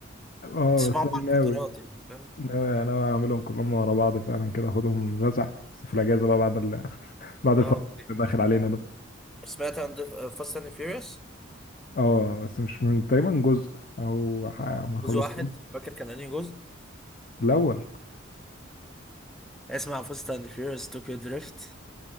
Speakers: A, on the left; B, in the centre.
A: اه
B: تسمعهم
A: بس انا
B: على
A: ناوي
B: الفترات يعني فاهم
A: ناوي ناوي اعملهم كلهم ورا بعض فعلا كده اخدهم رزع بس في الاجازه بقى بعد ال... <laughs> بعد
B: اه
A: الفتره
B: اوكي
A: اللي داخل علينا ده
B: سمعت عن فاست اند فيوريوس
A: اه بس مش من تقريبا جزء او ح- ما خلصتهم
B: جزء واحد فاكر كان انهي جزء
A: الاول
B: اسمع فاست اند فيوريوس طوكيو دريفت